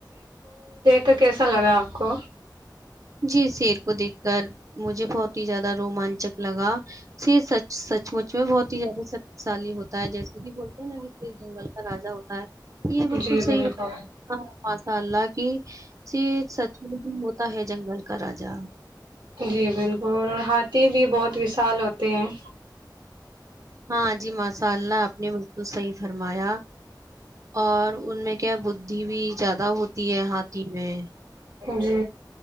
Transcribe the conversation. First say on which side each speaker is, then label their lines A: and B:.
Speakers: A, on the right (about 80°); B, on the right (about 45°).
A: تو کیسا لگا آپ کو
B: جی شیر کو دیکھ کر مجھے بہت ہی زیادہ روومانچک لگا شیر سچ سچ مچ میں بہت ہی زیادہ شکتیشالی ہوتا ہے جیسے کہ بولتے ہیں نا کہ شیر جنگل کا راجا ہوتا ہے یہ بالکل
A: جی
B: صحی
A: بالکل
B: بات ہ حالاک س سچ بھی ہو ہے جنگل کا راجا
A: جی بالکل اور ہاتھی بھی بہت وشال ہوتے ہیں
B: ہاں جی ماشاء اللہ آپ نے بالکل صحیح فرمایا اور ان میں کیا بدھی بھی زیادہ ہوتی ہے ہاتھی میں
A: جی